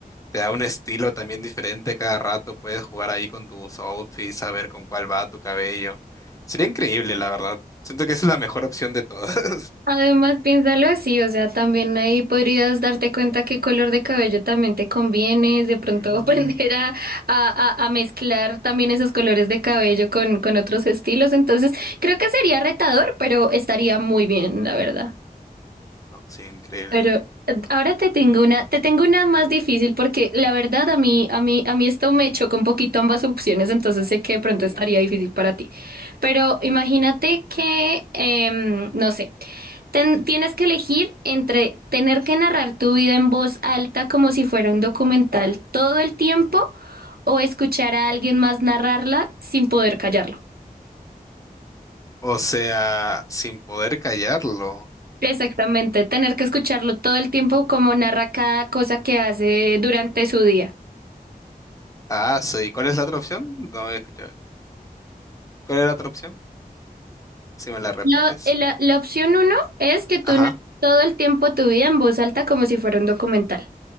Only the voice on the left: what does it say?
Te da un estilo también diferente cada rato, puedes jugar ahí con tus outfits, saber con cuál va tu cabello. Sería increíble, la verdad. Siento que esa es la mejor opción de todas. <laughs>
Mm,
No, sí, increíble.
Uh,
o sea, sin poder callarlo.
Ah, sí. ¿Cuál es la otra opción? No había escuchado. ¿Cuál es la otra opción? Si me la repites.
Ajá.